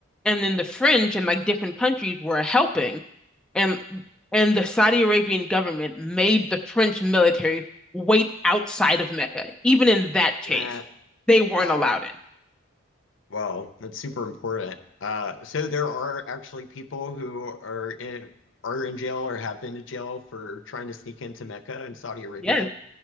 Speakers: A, in the centre; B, on the left.
A: and then the French and like different countries were helping and and the Saudi Arabian government made the French military wait outside of Mecca. Even in that case,
B: Eh,
A: they weren't
B: wow.
A: allowed in.
B: Well, that's super important. Uh, so there are actually people who are in are in jail or have been to jail for trying to sneak into Mecca in Saudi Arabia.
A: Yes,